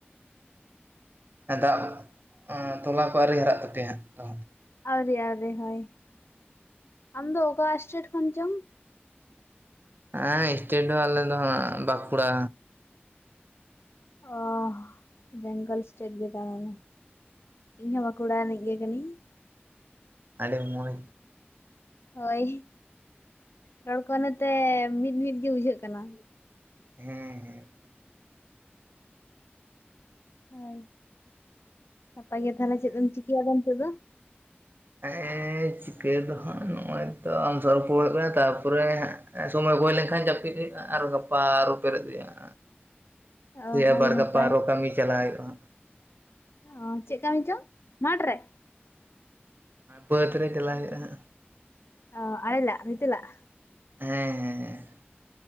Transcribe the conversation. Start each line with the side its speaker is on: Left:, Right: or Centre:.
Right: ᱮ ᱫᱟᱜ, ᱛᱚᱞᱟ ᱠᱚ ᱟᱹᱣᱨᱤ ᱦᱟᱨᱟᱜ ᱛᱟᱯᱮᱭᱟ ᱦᱟᱸᱜ ᱛᱚ
Left: ᱟᱹᱣᱨᱤ ᱟᱹᱣᱨᱤ ᱦᱳᱭ, ᱟᱢ ᱫᱚ ᱚᱠᱟ ᱥᱴᱮᱴ ᱠᱷᱚᱱ ᱪᱚᱝ?
Right: ᱟ ᱥᱴᱮᱴ ᱫᱚ ᱟᱞᱮ ᱫᱚ ᱦᱟᱜ ᱵᱟᱸᱠᱩᱲᱟ
Left: ᱚᱸᱻᱦ ᱵᱮᱝᱜᱚᱞ ᱥᱴᱮᱴ ᱜᱮ ᱛᱟ ᱢᱟᱱᱮ᱾ ᱤᱧ ᱦᱚᱸ ᱵᱟᱸᱠᱩᱲᱟ ᱨᱤᱱᱤᱡ ᱜᱮ ᱠᱟᱹᱱᱤᱧ᱾
Right: ᱟᱹᱰᱤ ᱢᱚᱡᱽ
Left: ᱦᱳᱭ, ᱨᱚᱲ ᱠᱚ ᱱᱚᱮ-ᱛᱮ ᱢᱤᱫ ᱢᱤᱫ ᱜᱮ ᱵᱩᱡᱷᱟᱹᱜ ᱠᱟᱱᱟ᱾
Right: ᱦᱩᱸ ᱦᱩᱸ
Left: ᱦᱳᱭ, ᱱᱟᱯᱟᱭ ᱜᱮ ᱛᱟᱦᱚᱞᱮ ᱪᱮᱫ ᱫᱢ ᱪᱤᱠᱟᱹᱭᱟ ᱟᱫᱚ ᱱᱤᱛᱚᱜ ᱫᱚ?
Right: ᱮᱜᱮ ᱪᱤᱠᱟᱹ ᱫᱚ ᱦᱟᱸᱜ ᱱᱚᱜ-ᱚᱭ ᱛᱚ ᱟᱢ ᱥᱟᱣ ᱨᱚᱯᱚᱲ ᱦᱩᱭᱩᱜ ᱠᱟᱱᱟ, ᱛᱟᱯᱚᱨᱮ ᱦᱟᱜ ᱥᱚᱢᱚᱭ ᱠᱚ ᱦᱩᱭ ᱞᱮᱱᱠᱷᱟᱱ ᱡᱟᱹᱯᱤᱫ ᱦᱩ ᱟᱨᱚ ᱜᱟᱯᱟ ᱟᱨᱚ ᱯᱮᱨᱮᱫ ᱦᱩᱭᱩᱜᱼᱟ ᱥᱮ
Left: ᱚ
Right: <inaudible> ᱟᱵᱟᱨ
Left: ᱟᱹᱰᱤ ᱱᱟᱯᱟᱭ
Right: ᱜᱟᱯᱟ ᱟᱨᱚ ᱠᱟᱹᱢᱤ ᱪᱟᱞᱟᱣ ᱦᱩᱭᱩᱜᱼᱟ ᱦᱟᱸᱜ᱾
Left: ᱚ ᱪᱮᱫ ᱠᱟᱹᱢᱤ ᱪᱚᱝ, ᱢᱟᱨᱴ ᱨᱮ?
Right: ᱵᱟᱹᱫᱽ ᱨᱮ ᱪᱟᱞᱟᱣ ᱦᱩᱭᱩᱜ-ᱟ ᱦᱟᱸᱜ᱾
Left: ᱚ ᱟᱲᱮ ᱞᱟᱜ ᱵᱷᱤᱛᱟᱹ ᱞᱟᱜ᱾
Right: ᱦᱮᱸ ᱦᱮᱸ ᱦᱮᱸ᱾